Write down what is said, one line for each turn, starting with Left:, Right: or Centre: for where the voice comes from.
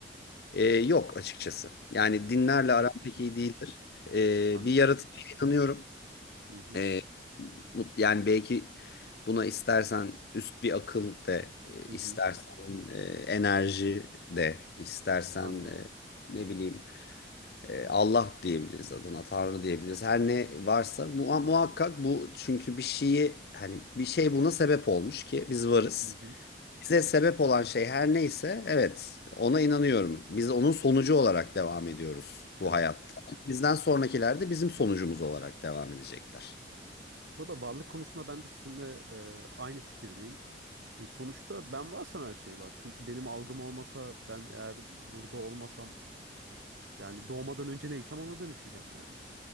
Left: E, yok açıkçası. Yani dinlerle
Right: Yok.
Left: aram
Right: Hı
Left: pek
Right: hı,
Left: iyi değildir. E,
Right: Anladım.
Left: bir yaratıcıya inanıyorum.
Right: Hı hı,
Left: Ee, mut- yani belki buna istersen üst bir akıl de, e, istersen
Right: hı hı,
Left: e, enerji de, istersen
Right: Anladım.
Left: e, ne bileyim e, Allah diyebiliriz adına, Tanrı diyebiliriz. Her ne varsa mua- muhakkak bu çünkü bir şeyi hani bir şey buna sebep olmuş ki biz varız.
Right: Hı hı,
Left: Bize sebep olan şey her neyse evet ona inanıyorum. Biz onun sonucu olarak devam ediyoruz
Right: Evet.
Left: bu hayatta. Bizden sonrakiler de bizim sonucumuz olarak devam edecekler.
Right: Burada varlık konusunda ben de sizinle e, aynı fikirdeyim. E, sonuçta ben varsam her şey var. Çünkü benim algım olmasa ben eğer burada olmasam yani doğmadan önce neysem ona dönüşeceğim yani.